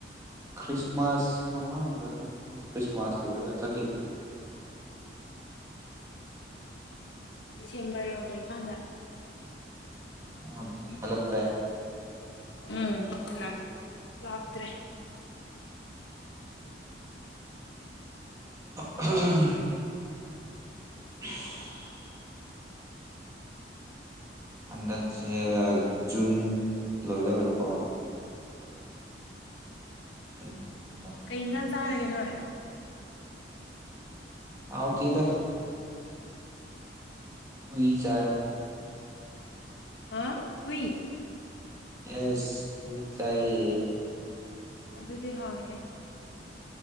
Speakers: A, on the right; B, on the left.
A: ꯈ꯭ꯔꯤꯁꯃꯥꯁ ꯃꯃꯥꯡꯗꯅ ꯅꯠꯇꯔꯅ ꯈ꯭ꯔꯤꯁꯃꯥꯁ ꯂꯣꯏꯔꯒ ꯆꯠꯈꯤꯕꯗꯣ
B: ꯗꯤꯁꯦꯟꯕꯔ ꯌꯎꯗ꯭ꯔꯤ ꯀꯥꯟꯗ
A: ꯅꯍꯟꯗꯒꯤ ꯍꯂꯛꯇ꯭ꯔꯦ
B: ꯎꯝ ꯂꯥꯛ ꯂꯥꯛꯇ꯭ꯔꯦ꯫
A: <unintelligible> <unintelligible> ꯍꯟꯗꯛꯁꯦ ꯖꯨꯟ ꯂꯣꯏꯗꯧꯔꯦꯀꯣ꯫ ꯖꯨꯟ꯫ ꯖꯨꯂꯥꯏ
B: ꯀꯩ ꯏꯟꯖꯥꯡ
A: ꯑꯥꯒꯁ
B: ꯆꯥꯔꯒꯦ ꯅꯣꯏ꯫
A: ꯁꯦꯞꯇꯦꯝꯕꯔ ꯍꯥꯎꯇꯦꯗ꯫ ꯍꯨꯏ ꯆꯥꯏ꯫
B: ꯑ ꯍꯨꯏ꯫
A: ꯌꯦꯁ ꯍꯨꯏ ꯆꯥꯏꯌꯦ꯫
B: ꯑꯗꯨꯗꯤ ꯍꯥꯎꯔꯦ ꯀꯩꯅꯣ꯫